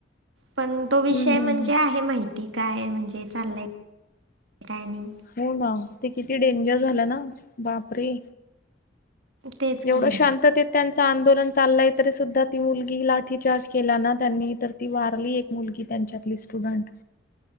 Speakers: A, on the right; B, on the left.
A: पण तो विषय
B: हम्म हम्म
A: म्हणजे
B: हम्म.
A: आहे माहिती काय म्हणजे चाललाय काय नाही.
B: हो ना ते किती डेंजर झालं ना बापरे.
A: तेच
B: एवढं
A: की
B: शांततेत त्यांचं आंदोलन चाललंय तरी सुद्धा ती मुलगी लाठीचार्ज केलाना त्यांनी तर ती वारली एक मुलगी त्यांच्यातली स्टुडंट.